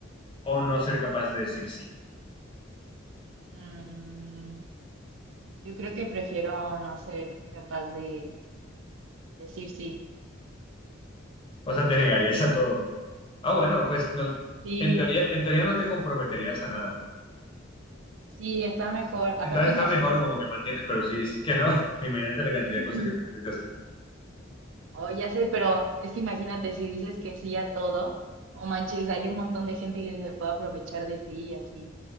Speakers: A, on the left (about 25°); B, on the right (about 70°).
A: o no ser capaz de decir sí?
B: Mm, yo creo que prefiero no ser capaz de decir sí.
A: O sea, te negarías a todo. Ah, bueno, pues no,
B: Sí,
A: en teoría, en teoría no te comprometerías a nada.
B: sí, está mejor. Aparte,
A: Entonces está
B: imagino,
A: mejor como que mantienes, pero si dices que no, <laughs> imagínate la cantidad
B: <laughs>
A: de cosas que tendrás que hacer.
B: Oh, ya sé, pero es que imagínate si dices que sí a todo, o manches, hay un montón de gente que se puede aprovechar de ti y así.